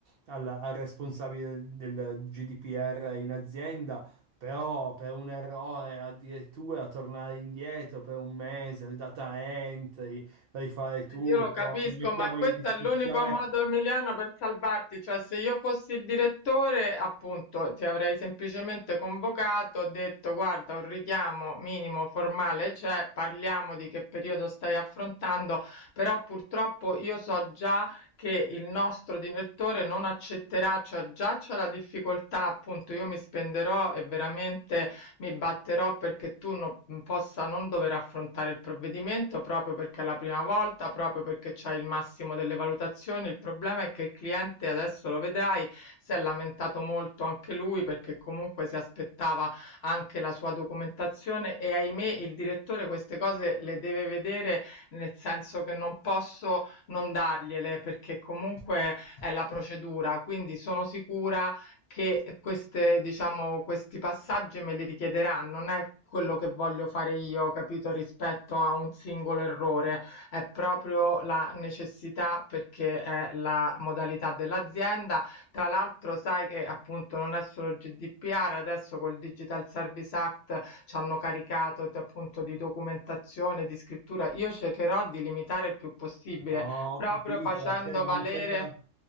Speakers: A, on the right; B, on the left.
A: al, al responsabile del, del GDPR in azienda, però per un errore addirittura tornare indietro per un mese, il data entry, rifare tutto,
B: Io lo capisco,
A: mi mettiamo
B: ma questo
A: in discussione
B: è l'unico modo, Emiliano, per salvarti. Cioè, se io fossi il direttore, appunto, ti avrei semplicemente convocato, detto, guarda, un richiamo minimo formale c'è, parliamo di che periodo stai affrontando, però purtroppo io so già che il nostro direttore non accetterà, cioè già c'è la difficoltà, appunto, io mi spenderò e veramente mi batterò perché tu no, mm, possa non dover affrontare il provvedimento, proprio perché è la prima volta, proprio perché c'hai il massimo delle valutazioni. Il problema è che il cliente, adesso lo vedrai, si è lamentato molto anche lui perché comunque si aspettava anche la sua documentazione e ahimè il direttore queste cose le deve vedere nel senso che non posso non dargliele perché comunque è la procedura, quindi sono sicura che queste diciamo questi passaggi me li richiederanno, non è quello che voglio fare io, capito, rispetto a un singolo errore, è proprio la necessità perché è la modalità dell'azienda. Tra l'altro sai che appunto non è solo GDPR, adesso col Digital Service Act ci hanno caricato t- appunto di documentazione, di scrittura. Io cercherò di limitare il più possibile,
A: No,
B: proprio
A: ho capito,
B: facendo
A: Rachele, ma
B: valere
A: mi sembra,